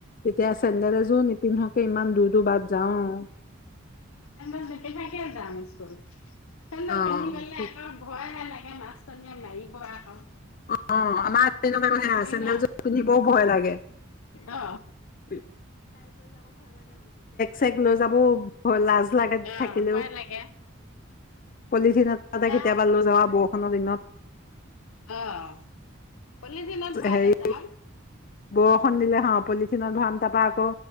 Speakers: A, on the left; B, on the left.
A: তেতিয়া চেন্দেল এযোৰ নিপিন্ধকে ইমান দূৰ দূৰ বাট যাওঁ।
B: চেন্দেল নিপিন্ধাকে যাম স্কুল চেন্দেল
A: অ
B: পিন্ধি গ'লে
A: সি
B: আকৌ ভয় হে লাগে। মাছজনীয়ে মাৰিব আকৌ ।
A: অ', আমাৰ তেনেকুৱা সেয়া চেন্দেলযোৰ
B: ন
A: পিন্ধিবও ভয় লাগে। <unintelligible>
B: অ
A: চেক লৈ যাবওঁ। অ লাজ লাগে
B: অ
A: থাকিলেও
B: ভয় লাগে
A: পলিথিন এটা
B: এ
A: কেতিয়াবা লৈ যাব। কোনোদিনত
B: আহ পলিথিনত ভৰাই
A: হেৰি
B: লৈ যাম।
A: বৰষুণ দিলে হাহ পলিথিনত ভৰাম তাৰপা